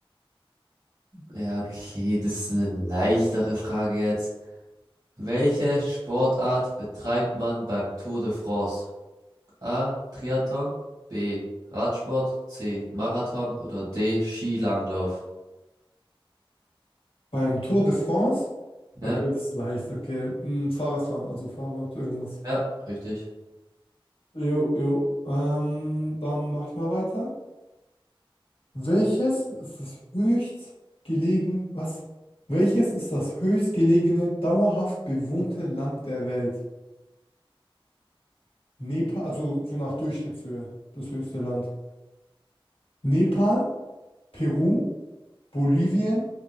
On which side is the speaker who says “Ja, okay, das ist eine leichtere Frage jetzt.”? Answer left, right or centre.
Right